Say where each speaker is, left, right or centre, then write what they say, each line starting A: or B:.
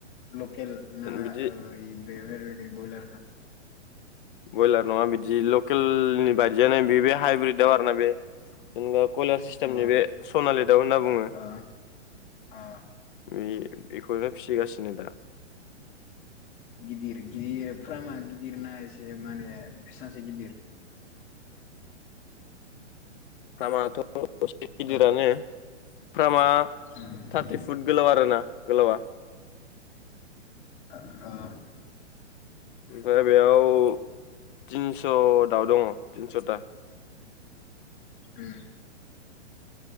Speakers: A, on the left (about 20°); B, on the left (about 45°).
A: लकेल ना
B: बिदि
A: ओय बेफोरबादि ब्रयलारफोर
B: बयलार नङा बिदि लकेलनि बायदियानो बि बे हाइब्रिद दाउ आरोना बे जेनेबा कयलार सिस्टेमनि
A: अ
B: बे सनालि दाउ होनना बुङो।
A: अ अ
B: बे बेखौनो फिसिगासिनो दा।
A: गिदिर गिदिर फ्रामा गिदिरना एसे माने बेसेबांसो गिदिर?
B: फ्रामाथ' <unintelligible> एसे गिदिरानो।
A: ओ
B: फ्रामा
A: ओ
B: थारटि फुट गोलाव आरोना गोलावा।
A: ओ।
B: ओमफ्राय बेयाव तिनस' दाव‌ दङ' थिनस'था।
A: उम।